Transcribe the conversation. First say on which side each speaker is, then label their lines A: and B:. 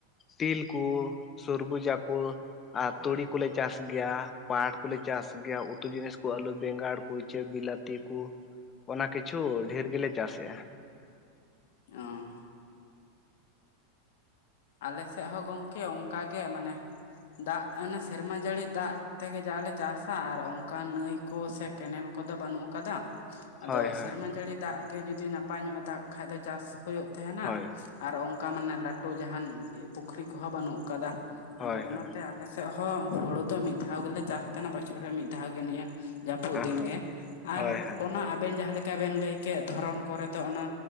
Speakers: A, on the left; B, on the left.
A: ᱛᱤᱞ ᱠᱩ ᱥᱩᱨᱵᱩᱡᱟ ᱠᱚ ᱟᱨ ᱛᱩᱲᱤ ᱠᱚᱞᱮ ᱪᱟᱥ ᱜᱮᱭᱟ ᱯᱟᱴ ᱠᱚᱞᱮ ᱪᱟᱥ ᱜᱮᱭᱟ ᱩᱛᱩ ᱡᱤᱱᱤᱥ ᱠᱚ ᱟᱹᱞᱩ, ᱵᱮᱸᱜᱟᱲ, ᱠᱩᱭᱪᱟᱹ ᱵᱤᱞᱟᱹ- ᱛᱤ ᱠᱩ ᱚᱱᱟ ᱠᱤᱪᱷᱩ ᱰᱷᱮᱨ ᱜᱮᱞᱮ ᱪᱟᱥ ᱮᱜᱼᱟ᱾
B: ᱚ ᱟᱞᱮ ᱥᱮᱫ ᱦᱚᱸ ᱜᱚᱝᱠᱮ ᱚᱸᱠᱟ ᱜᱮ ᱢᱟᱱᱮ ᱫᱟᱜ ᱮᱱᱮ ᱥᱮᱨᱢᱟ ᱡᱟᱹᱲᱤ ᱫᱟᱜ ᱛᱮᱜᱮ ᱡᱟᱦᱟᱸ ᱞᱮ ᱪᱟᱥᱼᱟ ᱟᱨ ᱚᱸᱠᱟ ᱱᱟᱹᱭ ᱠᱚ ᱥᱮ ᱠᱮᱱᱮᱞ ᱠᱚᱫᱚ ᱵᱟᱹᱱᱩᱜ ᱠᱟᱫᱟ, ᱟᱫᱚ
A: ᱦᱳᱭ ᱦᱳᱭ
B: ᱥᱮᱨᱢᱟ ᱡᱟᱹᱲᱤ ᱫᱟᱜ ᱜᱮ ᱡᱩᱚᱫᱤ ᱱᱟᱯᱟᱭ ᱧᱚᱜᱼᱟ ᱫᱟᱜ ᱠᱷᱟᱡ ᱫᱚ ᱪᱟᱥ ᱦᱩᱭᱩᱜ ᱛᱟᱦᱮᱸᱱᱟ,
A: ᱦᱳᱭ
B: ᱟᱨ ᱚᱝᱠᱟ ᱢᱟᱱᱮ ᱞᱟᱹᱴᱩ ᱡᱟᱦᱟᱸᱱ ᱯᱩᱠᱷᱨᱤ ᱠᱚᱦᱚᱸ ᱵᱟᱹᱱᱩᱜ ᱠᱟᱫᱟ,
A: ᱦᱳᱭ
B: ᱟᱫᱚ ᱚᱱᱟᱛᱮ
A: ᱦᱳᱭ
B: ᱟᱞᱮ ᱥᱮᱫ ᱦᱚᱸ ᱦᱩᱲᱩ ᱫᱚ ᱢᱤᱫ ᱫᱷᱟᱣ ᱜᱮᱞᱮ ᱪᱟᱥ ᱛᱟᱦᱮᱸᱱᱟ ᱵᱚᱪᱷᱚᱨ ᱨᱮ ᱢᱤᱫ ᱫᱷᱟᱣ ᱜᱮ ᱱᱤᱭᱟᱹ ᱡᱟᱹᱯᱩᱫ
A: ᱦᱳᱭ
B: ᱫᱤᱱ ᱜᱮ ᱟᱨ
A: ᱦᱳᱭ ᱦᱳᱭ
B: ᱚᱱᱟ ᱟᱵᱮᱱ ᱡᱟᱦᱟᱸ ᱞᱮᱠᱟ ᱵᱮᱱ ᱞᱟᱹᱭ ᱠᱮᱫ ᱫᱷᱚᱨᱚᱱ ᱠᱚᱨᱮ ᱫᱚ ᱚᱱᱟ